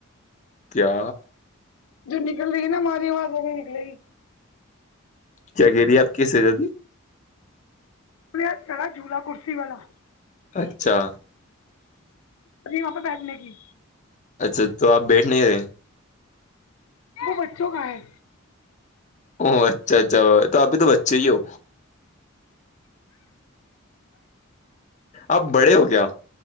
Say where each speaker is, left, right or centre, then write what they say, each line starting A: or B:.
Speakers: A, on the left (about 35°); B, on the left (about 85°).
A: کیا
B: جو نکل رہی نا ماری آواز وہ نہی نکلے گی
A: کیا کہہ رہی ہے آپ کی شہزادی
B: وہ یہ سڑا جولا کرسی والا
A: اچھا
B: ابھی وہاں پہ بیٹھنے گئی
A: اچھا تو آپ بیٹھ نے آئے
B: وہ بچوں کا ہے
A: او اچھا اچھا تو اپ تو بچے ہی ہو آپ بڑے ہو کیا